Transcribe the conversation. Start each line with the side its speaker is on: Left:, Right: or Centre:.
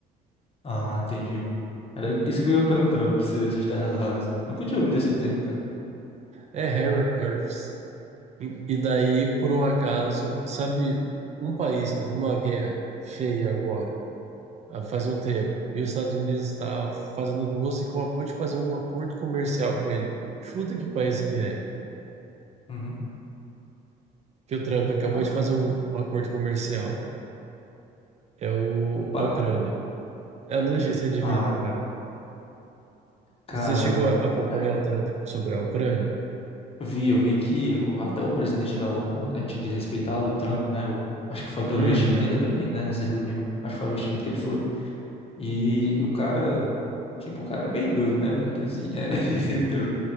Left: Ah, entendi. Era isso que eu ia perguntar, o que seria essas terras raras. Nunca tinha ouvido esse termo, cara.
Right: É Rare Earths. E, e daí, por um acaso, sabe, um país está tendo uma guerra feia agora, ah, faz um tempo, e os Estados Unidos está fazendo doce e acabou de fazer um acordo comercial com ele. Chuta que país que é,
Left: Uhum.
Right: que o Trump acabou
Left: Ca-
Right: de fazer um, um acordo comercial. É o,
Left: o pa-
Right: a Ucrânia. Eu não deixei você adivinhar,
Left: Ah,
Right: cara.
Left: caramba,
Right: Você chegou a
Left: velho.
Right: acompanhar
Left: É,
Right: o Trump sobre a Ucrânia?
Left: Vi, eu vi que o- até o presidente da, U- da Ucrânia tinha de respeitar o Trump, né? O, acho que foi pela
Right: Uhum.
Left: vestimenta também, né? Nessa reunião. Acho que foi a vestimenta que ele foi. E, e o cara, tipo, o cara é meio doido, né, velho? Que assim, é, <laughs> ele